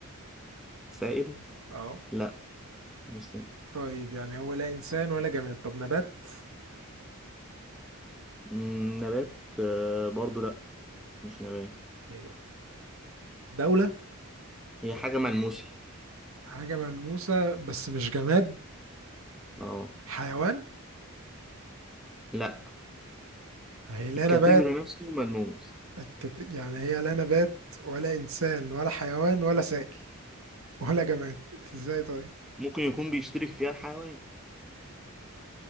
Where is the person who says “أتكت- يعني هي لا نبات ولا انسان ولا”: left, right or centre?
Right